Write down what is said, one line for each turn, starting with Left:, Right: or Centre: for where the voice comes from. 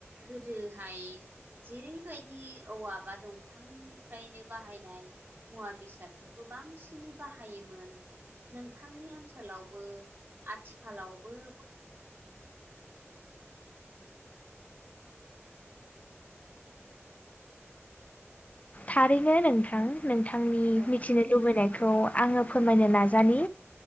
Right: गोदोहाय जेरैबायदि औवा बा दंफांनिफ्रायनो बाहायनाय मुवा बेसादफोरखौ बांसिनै बाहायोमोन । नोंथांनि ओनसोलावबो आथिखालावबो
Left: थारैनो नोंथां । नोंथांनि
Right: औ
Left: मिथिनो लुबैनायखौ आङो फोरमायनो नाजानि